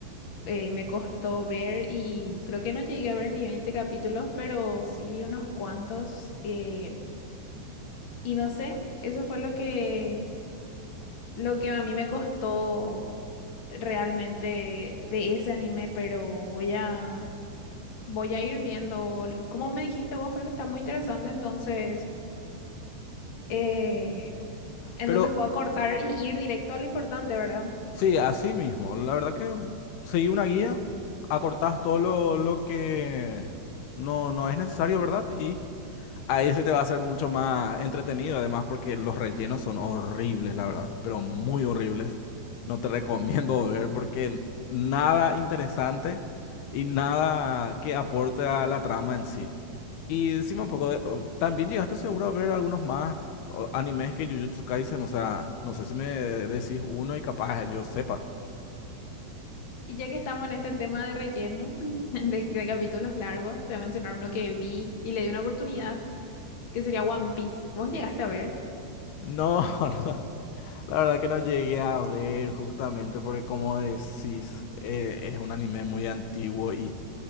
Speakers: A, on the left; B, on the left.
A: eh, me costó ver y creo que no llegué a ver ni 20 capítulos, pero sí vi unos cuantos. eh, y no sé, eso fue lo que lo que a mí me costó realmente de ese anime, pero voy a, voy a ir viendo. Como me dijiste vos, creo que está muy interesante, entonces, eh, entonces
B: Pero
A: puedo cortar y ir directo a lo importante, ¿verdad?
B: Sí, así mismo. La verdad que seguí una guía, acortás todo lo, lo que no, no es necesario, ¿verdad? Y ahí se te va a hacer mucho más entretenido, además porque los rellenos son horribles, la verdad, pero muy horribles. No te <laughs> recomiendo ver porque nada interesante y nada que aporte a la trama en sí. Y decime un poco, de- o- también llegaste seguro a ver algunos más o, animes que Jujutsu Kaisen, o sea, no sé si me decís uno y capaz yo sepa.
A: Y ya que estamos en este tema de relleno, <laughs> de, de capítulos largos, te voy a mencionar uno que vi y le di una oportunidad, que sería One Piece. ¿Vos llegaste a ver?
B: No, <laughs> no, la verdad que no llegué a ver justamente porque como decís, eh, es un anime muy antiguo y